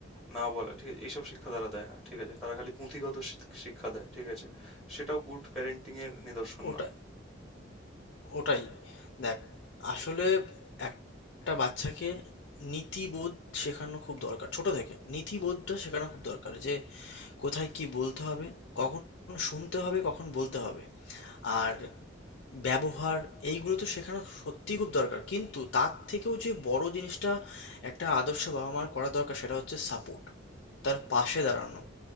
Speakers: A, in the centre; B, on the left.
A: না বলা ঠিক আছে এইসব শিক্ষা তারা দেয় না ঠিক আছে তারা খালি পুঁথিগত শিক- শিক্ষা দেয় ঠিক আছে সেটাও গুড প্যারেন্টিং এর নিদর্শন
B: ওটা
A: নয়
B: ওটাই দেখ আসলে এক- একটা বাচ্চাকে নীতিবোধ শেখানো খুব দরকার ছোট থেকে নীতিবোধটা শেখানো খুব দরকার যে কোথায় কি বলতে হবে কখন শুনতে হবে কখন বলতে হবে আর ব্যবহার এইগুলো তো শেখানো সত্যিই খুব দরকার কিন্তু তার থেকেও যে বড় জিনিসটা একটা আদর্শ বাবা মার করা দরকার সেটা হচ্ছে সাপোর্ট তার পাশে দাঁড়ানো